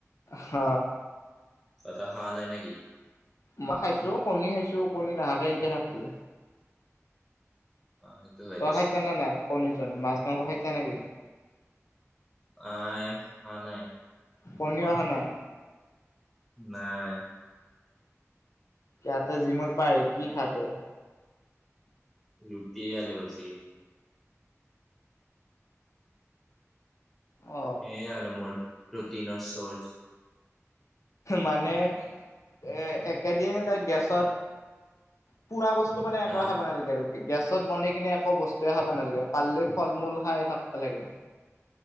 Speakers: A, on the left (about 75°); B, in the centre.
A: হ
B: আটা হা নাই নেকি।
A: ম মই খাইছো কণী খাইছো কণী নাহাকে এনকে থাকবি।
B: সেইটো অ। হয়
A: ত
B: দেচোন
A: আহাইছে ন না। পনীৰ চনীৰ মাছ মাংস খাইছা নেকি।
B: এই আহা নাই।
A: পানী পিয়া অহা নাই।
B: নাই।
A: ইয়াতে জিমৰ পা আই কি খাতে।
B: ৰুতি আলুু ভাজি।
A: অ
B: এয়া আৰু মোৰ। প্ৰটিনৰ ছৰ্জ।
A: মানে এ একেদিন এটা গেছত। পুৰা বস্তু মানে এইটোৱে
B: হা
A: খাব নালাগে আৰু। গেছত বনাই কিনে একো বস্তুৱে খাব নালাগে। পালিলে ফল মূল খাই থাকিব লাগে।